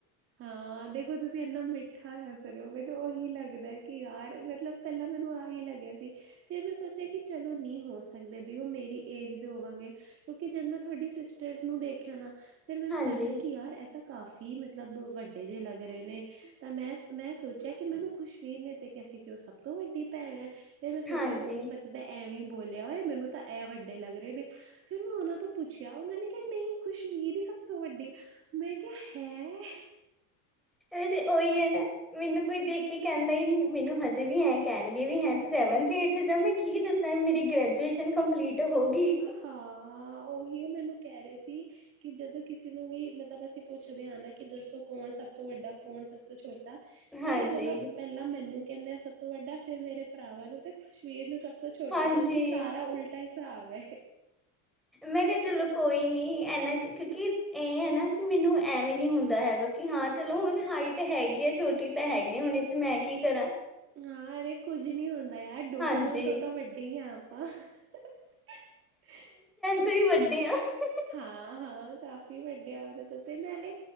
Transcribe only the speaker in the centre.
ਹਾਂਜੀ।
ਹਾਂਜੀ
ਵੈਸੇ ਉਹੀ ਹੈ ਨਾ। ਮੈਨੂੰ ਕੋਈ ਦੇਖ ਕੇ ਕਹਿੰਦਾ ਹੀ ਨਹੀਂ ਮੈਨੂੰ ਹਜੇ ਵੀ ਹੈ ਕਹਿਣਗੇ ਵੀ ਹੈੂੰ ਸੈਵਥ ਏਥ ਜਾ ਮੈਂ ਕੀ ਦੱਸਾਂ ਮੇਰੀ ਗ੍ਰੈਜੂਏਸ਼ਨ ਕੰਪਲੀਟ। ਹੋ ਗਈ
ਹਾਂਜੀ।
ਹਾਂਜੀ
ਮੈਂ ਕਿਹਾ ਚਲੋ ਕੋਈ ਨੀ। ਇਹਨਾ ਕਿਉਂਕਿ ਇਹ ਹੈ ਨਾ ਕਿ ਮੈਨੂੰ ਐਵੇ ਵੀ ਨੀ ਹੁੰਦਾ ਹੈਗਾ ਕਿ ਹਾਂ ਚਲੋ ਹੁਣ ਹਾਈਟ ਹੈਗੀ ਆ ਛੋਟੀ ਤਾਂ ਹੈਗੀ ਹੁਣ ਇਹਦੇ ਚ ਮੈਂ ਕੀ ਕਰਾਂ?
ਹਾਂਜੀ
ਥ ਹੀ ਵੱਡੇ ਆਂ। ਹਾ ਹੀ